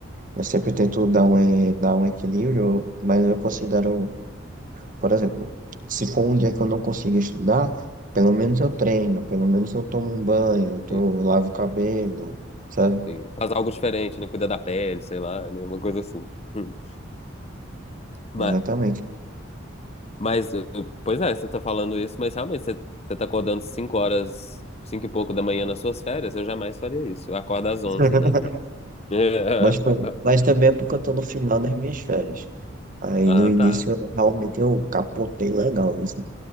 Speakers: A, on the right; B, on the left.
A: Eu sempre tento dar um, eh, dar um equilíbrio, mas eu considero, por exemplo, se for um dia que eu não consigo estudar, pelo menos eu treino, pelo menos eu tomo um banho, eu tô-
B: Sim,
A: eu lavo o cabelo, sabe?
B: sim. Faz algo diferente, né? Cuida da pele, sei lá, né? Uma coisa assim. Hum. Mas,
A: Exatamente.
B: mas, eh, pois é, você tá falando isso, mas realmente você, você tá acordando 5 horas, 5 e pouco da manhã nas suas férias, eu jamais faria isso. Eu acordo às 11
A: <laughs>
B: nas minhas. <laughs>
A: Mas, foi- mas também é porque eu tô no final das minhas férias. Aí
B: Ah,
A: no início
B: tá.
A: eu- realmente eu capotei legal, isso.